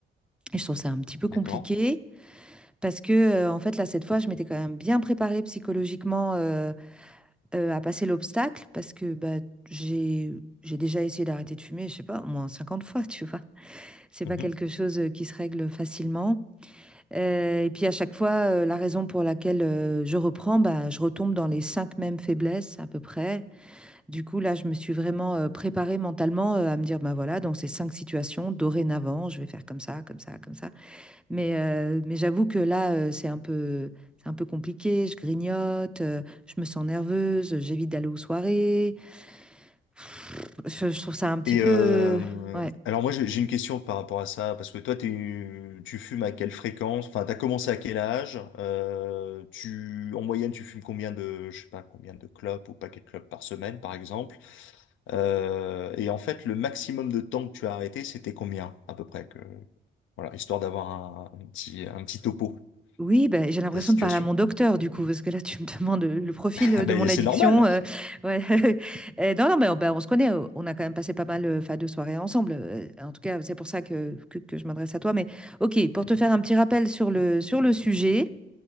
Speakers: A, in the centre; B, on the left.
A: Et je trouve ça un petit peu
B: D'accord.
A: compliqué parce que, euh, en fait, là, cette fois, je m'étais quand même bien préparée psychologiquement euh, euh, à passer l'obstacle parce que bah, j'ai, j'ai déjà essayé d'arrêter de fumer, je sais pas, au moins 50 fois, tu vois. C'est
B: Mhm.
A: pas quelque chose euh, qui se règle facilement. Euh, et puis à chaque fois, euh, la raison pour laquelle euh, je reprends, bah, je retombe dans les cinq mêmes faiblesses à peu près. Du coup, là, je me suis vraiment euh, préparée mentalement euh, à me dire, bah voilà, dans ces cinq situations, dorénavant, je vais faire comme ça, comme ça, comme ça. Mais, euh, mais j'avoue que là, euh, c'est un peu, c'est un peu compliqué. Je grignote, euh, je me sens nerveuse, j'évite d'aller aux soirées. Pff, je, je trouve ça un petit
B: Et
A: peu,
B: euh,
A: ouais,
B: alors moi j'ai j'ai une question par rapport à ça, parce que toi t'es- tu fumes à quelle fréquence? Enfin, t'as commencé à quel âge? Euh, tu, en moyenne tu fumes combien de, je sais pas, combien de clopes ou paquets de clopes par semaine par exemple? Euh, et en fait le maximum de temps que tu as arrêté c'était combien à peu près que, voilà, histoire d'avoir un, un petit, un petit topo
A: Oui, bah, j'ai l'impression
B: de ta situation.
A: de parler à mon docteur
B: <laughs>
A: du coup, parce que là tu me demandes, heu, le profil, heu,
B: Ah Ben
A: de mon
B: c'est
A: addiction,
B: normal.
A: heu, ouais. <laughs> Heu, non, non, mais on bah, on se connaît, heu, on a quand même passé pas mal, heu, enfin, de soirées ensemble, heu, en tout cas, c'est pour ça que que que je m'adresse à toi. Mais OK, pour te faire un petit rappel sur le sur le sujet,